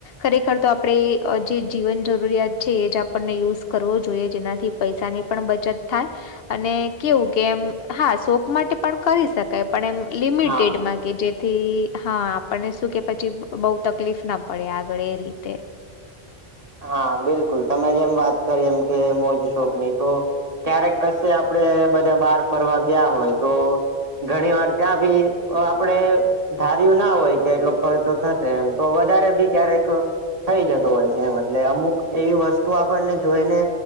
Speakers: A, on the left; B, on the right.
A: ખરેખર તો આપણે જે જીવન. જરૂરિયાત છે એ જ આપણને યુઝ કરવો જોઈએ જેનાથી પૈસાની પણ બચત થાય. અને કેવું કે એમ હા શોક માટે પણ કરી શકાય પણ એમ લિમિટેડમાં
B: હા
A: કે જેથી હા આપણને શું કે પછી બઉ તકલીફ ના પડે આગળ એ રીતે.
B: હા બિલકુલ તમે જેમ વાત કરી એમ કે મોજ શોક ની તો ક્યારેક કશે આપડે બધા બહાર ફરવા ગયા હોય તો ઘણી વાર ત્યાં ભી આપડે ધાર્યું ના હોય કે એટલો ખર્ચો થશે એમ તો વધારે ભી ક્યારેક થઈ જતો હોય છે એમ એટલે અમુક એવી વસ્તુ આપણને જોઈને